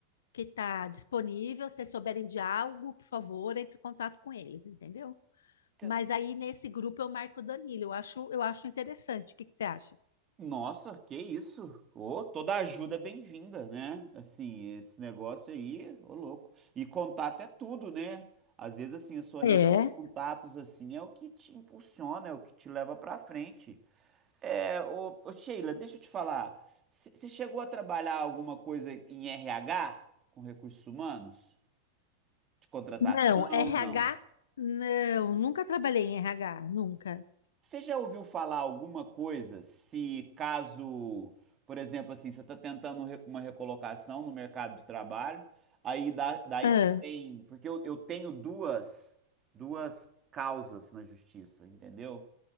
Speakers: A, on the left (about 60°); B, on the right (about 25°).
A: que tá disponível, se souberem de algo, por favor, entre em contato com eles, entendeu?
B: cê-
A: Mas aí nesse grupo eu marco o Danilo, eu acho, eu acho interessante. O que que você acha?
B: nossa, que isso? Ô, toda ajuda é bem-vinda, né? Assim, esse negócio aí, ô louco. E contato é tudo, né? Às vezes, assim, a sua rede
A: É.
B: de contatos, assim, é o que te impulsiona, é o que te leva pra frente. É, ô, ô, Sheila, deixa eu te falar. Você chegou a trabalhar alguma coisa em RH, com recursos humanos? De contratação?
A: Não, RH,
B: Não.
A: não, nunca trabalhei em RH, nunca.
B: Você já ouviu falar alguma coisa se caso, por exemplo, assim, você está tentando re- uma recolocação no mercado de trabalho, aí dá- daí
A: Ah,
B: você tem. Porque eu, eu tenho duas, duas causas na justiça, entendeu?